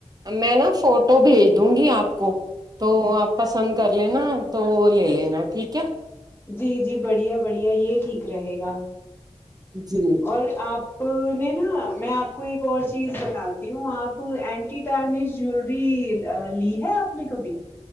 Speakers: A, on the right (about 35°); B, on the left (about 20°).
A: میں نا فوٹو بھیج دوں گی آپ کو تو
B: جی
A: آپ پسند کر لینا تو لے لینا ٹھیک ہے
B: جی جی بڑھیا بڑھیا یہ ٹھیک رہے گا
A: جی
B: اور آپ نہیں نا میں آپ کو ایک اور چیز بتاتی ہوں آپ اینٹی جولری لی ہے آپ نے کبھی